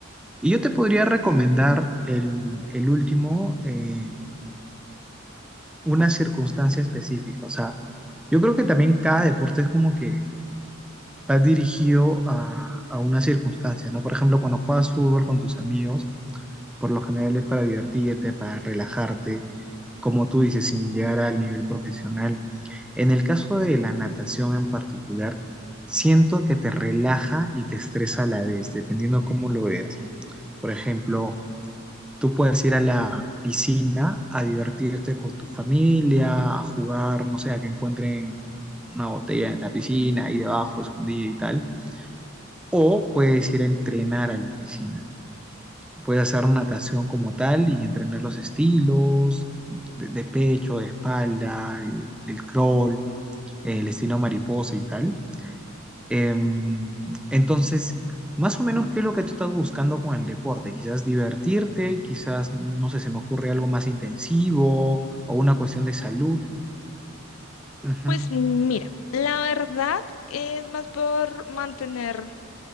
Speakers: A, in the centre; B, on the left (about 85°).
A: Y yo te podría recomendar el, el último, en una circunstancia específica. O sea, yo creo que también cada deporte es como que va dirigido a, a una circunstancia, ¿no? Por ejemplo, cuando juegas fútbol con tus amigos, por lo general es para divertirte, para relajarte, como tú dices, sin llegar al nivel profesional. En el caso de la natación en particular, siento que te relaja y te estresa a la vez, dependiendo cómo lo veas. Por ejemplo, tú puedes ir a la piscina a divertirte con tu familia, a jugar, no sé, a que encuentren una botella en la piscina, ahí debajo, escondida y tal o puedes ir a entrenar a la piscina. Puedes hacer natación como tal y entrenar los estilos de, de pecho, de espalda, el, el crawl, el estilo mariposa y tal. Em, entonces, más o menos, ¿qué es lo que tú estás buscando con el deporte? Quizás divertirte, quizás, no sé, se me ocurre algo más intensivo o una cuestión de salud. Ujú.
B: Pues mm, mira, la verdad es más por mantener